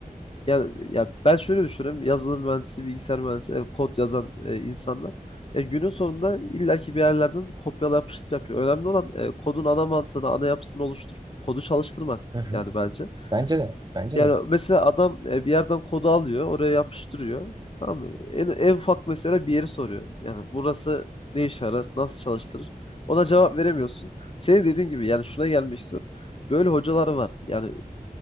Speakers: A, on the left; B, on the right.
A: yani ya ben şöyle düşünüyorum. Yazılım mühendisi, bilgisayar mühendisi, e, kod yazan e, insanlar ya günün sonunda illaki bir yerlerden kopyala yapıştır yapıyor. Önemli olan e, kodun ana mantığını, ana yapısını oluşturup kodu çalıştırmak
B: Hı hı.
A: yani bence.
B: Bence de. Bence
A: Yani
B: de.
A: mesela adam e, bir yerden kodu alıyor, oraya yapıştırıyor. Tamam mı? En, en ufak mesela bir yeri soruyor. Yani burası ne işe yarar, nasıl çalıştırır? Ona cevap veremiyorsun. Senin dediğin gibi yani şuna gelmek istiyorum. Böyle hocalar var. Yani